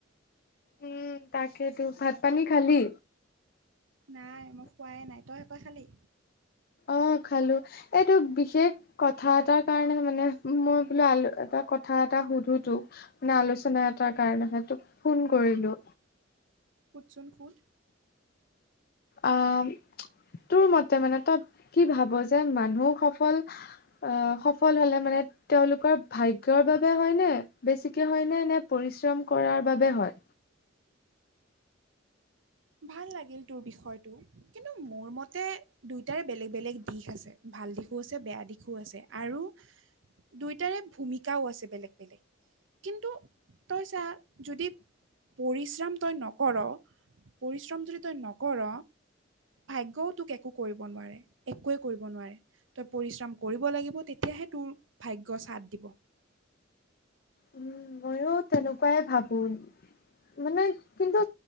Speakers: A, on the left; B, on the right.
A: উম তাকেতো ভাত পানী খালি।
B: নাই মই খোৱাই নাই তই একয় খালি
A: অ খালো এইটো বিশেষ কথা এটাৰ কাৰণে মানে মই বোলো আলু এটা কথা থা এটা সুধো তোক মানে আলোচনা এটাৰ কাৰণেহে তোক ফোন কৰিলো।
B: চোন খুত
A: অহ তোৰ মতে মানে তই কি ভাব যে মানুহ সফল অহ সফল হলে মানে তেওঁলোকৰ ভাগ্যৰ বাবে হয় নে বেছিকে হয় নে নে পৰিশ্ৰম কৰাৰ বাবে হয়।
B: ভাল লাগিল তোৰ বিষয়টো কিন্তু মোৰ মতে দুইটাৰ বেলেগ বেলেগ দিশ আছে ভা ভাল দিশো আছে বেয়া দিশো আছে আৰু দুয়টাৰে ভূমিকাও আছে বেলেগ বেলেগ। কিন্তু তই চা যদি পৰিশ্ৰম তই নকৰ পৰিশ্ৰম যদি তই নকৰ ভাগ্যও তোক একো কৰিব নোৱাৰে একোৱে কৰিব নোৱাৰে। তই পৰিশ্ৰম কৰিব লাগিব তেতিয়াহে তোৰ ভাগ্য চাদ দিব।
A: উম মইয়ো তেনেকোৱাই ভাবো মানে কিন্তু